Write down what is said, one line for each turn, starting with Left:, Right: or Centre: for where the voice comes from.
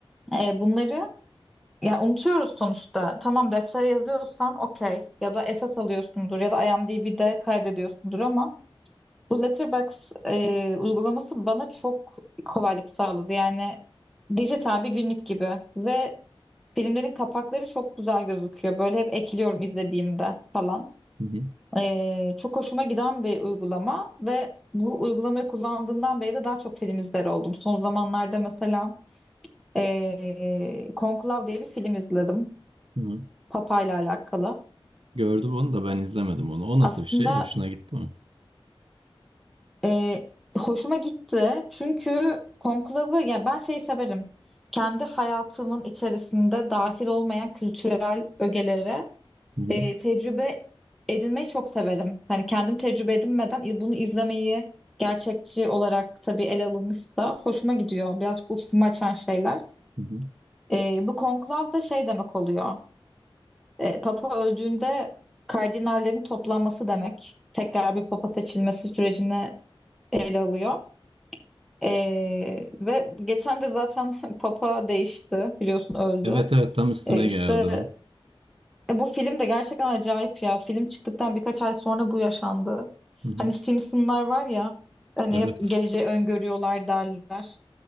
Centre: ee, bunları yani unutuyoruz sonuçta. Tamam deftere yazıyorsan okey ya da esas alıyorsundur ya da IMDb'de kaydediyorsundur ama bu Letterboxd e, uygulaması bana çok kolaylık sağladı. Yani dijital bir günlük gibi ve filmlerin kapakları çok güzel gözüküyor. Böyle hep ekliyorum izlediğimde falan.
Right: Hı hı.
Centre: Ee, çok hoşuma giden bir uygulama ve bu uygulamayı kullandığımdan beri de daha çok film izler oldum. Son zamanlarda mesela ee, Conclave diye bir film izledim.
Right: Hı hı.
Centre: Papa ile alakalı.
Right: Gördüm onu da ben izlemedim onu. O nasıl
Centre: Aslında
Right: bir şey? Hoşuna gitti mi?
Centre: ee, hoşuma gitti çünkü Conclave'ı yani ben şeyi severim. Kendi hayatımın içerisinde dahil olmayan kültürel ögelere
Right: Hı hı.
Centre: e, tecrübe edinmeyi çok severim. Hani kendim tecrübe edinmeden i- bunu izlemeyi gerçekçi olarak tabii ele alınmışsa hoşuma gidiyor. Birazcık ufkumu açan şeyler.
Right: Hı hı.
Centre: E, bu konklav da şey demek oluyor. E, Papa öldüğünde kardinallerin toplanması demek. Tekrar bir papa seçilmesi sürecini ele alıyor. E, ve geçen de zaten <laughs> papa değişti biliyorsun öldü.
Right: Evet evet tam üstüne
Centre: E, işte
Right: geldi o.
Centre: E, bu film de gerçekten acayip ya. Film çıktıktan birkaç ay sonra bu yaşandı.
Right: Hı hı.
Centre: Hani Simpsonlar var ya, hani
Right: Evet.
Centre: hep geleceği öngörüyorlar derler.